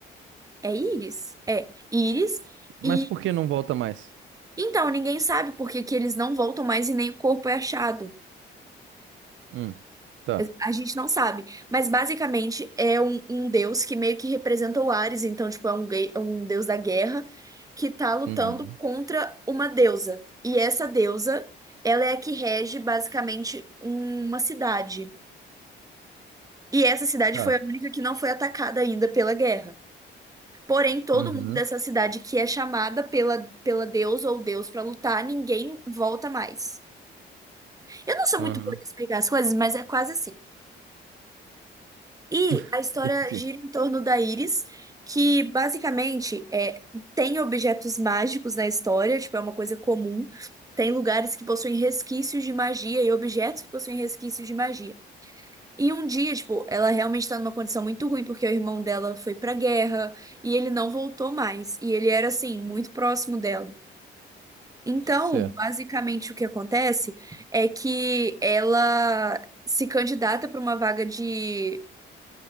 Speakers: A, on the right; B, on the right.
A: É Íris? É, Íris.
B: Mas
A: E
B: por que não volta mais?
A: então, ninguém sabe por que que eles não voltam mais e nem o corpo é achado.
B: Hum, tá.
A: A gente não sabe. Mas basicamente é um, um deus que meio que representa o Ares. Então, tipo, é um, gay- é um deus da guerra que tá lutando
B: Uhum.
A: contra uma deusa. E essa deusa, ela é a que rege basicamente uma cidade. E essa cidade
B: Tá.
A: foi a única que não foi atacada ainda pela guerra. Porém, todo
B: Uhum.
A: mundo dessa cidade que é chamada pela, pela deusa ou deus pra lutar, ninguém volta mais. Eu não sou
B: Uhum.
A: muito boa de explicar as coisas, mas é quase assim. E
B: <laughs>
A: a história
B: Entendi.
A: gira em torno da Iris, que basicamente é, tem objetos mágicos na história, tipo, é uma coisa comum. Tem lugares que possuem resquícios de magia e objetos que possuem resquícios de magia. E um dia, tipo, ela realmente tá numa condição muito ruim, porque o irmão dela foi pra guerra e ele não voltou mais. E ele era, assim, muito próximo dela. Então,
B: Certo.
A: basicamente, o que acontece é que ela se candidata para uma vaga de,